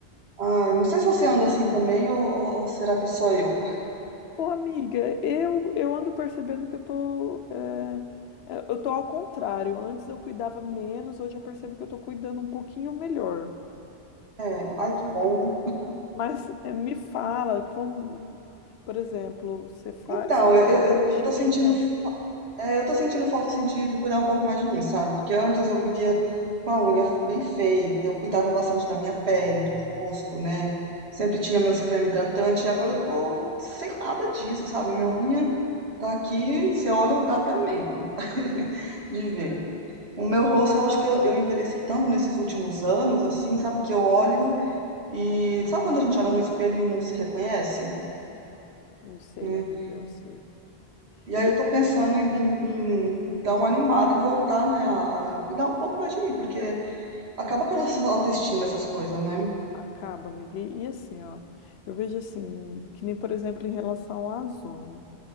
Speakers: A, on the right; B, on the left.
A: Ai, não sei se você anda assim também ou, ou ou será que é só eu?
B: Ô, amiga, eu, eu ando percebendo que eu tô, é, é, eu tô ao contrário. Antes eu cuidava menos, hoje eu percebo que eu tô cuidando um pouquinho melhor.
A: É, ai, que bom.
B: Mas é, me fala como, por exemplo, você faz,
A: Então,
B: você tem
A: eu,
B: uma rotina?
A: eu, eu tô sentindo É, eu tô sentindo falta assim, de, de cuidar um pouco mais de mim, sabe? Porque antes eu vivia com a unha bem feita, eu cuidava bastante da minha pele, do rosto, né? Sempre tinha meus cremes hidratantes e agora eu tô sem nada disso, sabe? Minha unha tá aqui, você olha, dá até medo <laughs> de ver. O meu rosto, eu acho que eu, eu envelheci tanto nesses últimos anos, assim, sabe? Que eu olho e. Sabe quando a gente olha no espelho e não se reconhece?
B: Eu sei,
A: né?
B: amiga, eu sei.
A: E aí
B: E
A: eu tô pensando em, em dar uma animada e voltar, né, a, a cuidar um pouco mais de mim, porque acaba com a nossa <laughs> autoestima essas coisas, né?
B: acaba, amiga. E, e assim, ó, eu vejo assim, que nem, por exemplo, em relação às unhas.